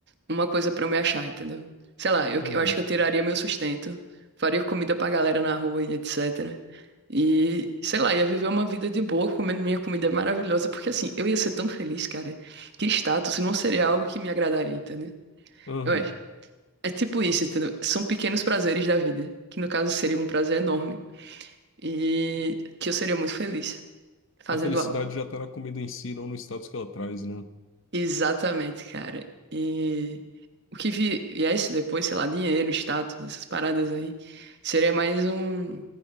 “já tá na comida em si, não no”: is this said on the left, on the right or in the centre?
Left